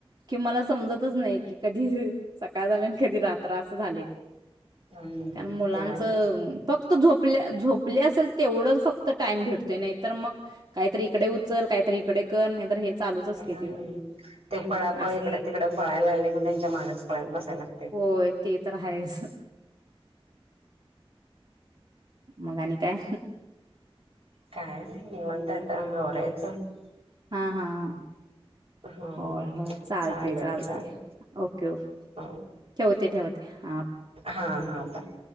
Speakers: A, on the right; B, on the right.
A: की मला समजतच नाही की कधी सकाळ झाली नी कधी रात. त्रास झालेत.
B: हम्म
A: त्या मुलांचं
B: ते आहेच.
A: फक्त तो झोपल्या -झोपले असेल तेवढंच फक्त टाइम भेटतोय. नाही तर मग काहीतरी इकडे उचल, काहीतरी इकडे कर, नाही तर हे चालूच असते
B: हूं
A: तिचं.
B: ते पळापळ
A: असं
B: इकड तिकड पळायला लागले कि त्यांच्या मागच पळत बसाय लागतय.
A: होय ते तर आहेच. मग आणि काय?
B: काय नाही, निवांत. पर तन आवरायचं <unintelligible>
A: हा हा हा
B: हो.
A: होय, होय चालते,
B: चालेल
A: चालते
B: चालेल
A: ओके ओके
B: हो
A: ठेव. ते ठेवा त्या.
B: हा हा बाय.